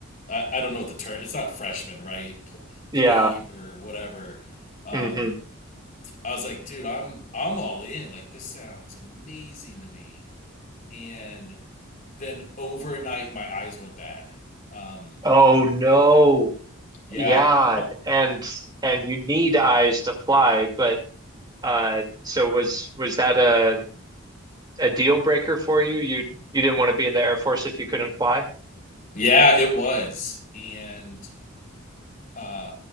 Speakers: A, on the left (about 40°); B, on the right (about 20°).
A: I, I don't know what the term it's not freshman right P-
B: Yeah.
A: plebe or whatever. Um,
B: hmm
A: I was like, dude, I'm I'm all in. Like this sounds amazing to me. And then overnight, my eyes went bad. Um,
B: Oh no.
A: yeah,
B: Yeah,
A: my,
B: and and you need eyes to fly, but uh so was was that a a deal breaker for you? You you didn't want to be in the Air Force if you couldn't fly.
A: yeah, it was. And Uh,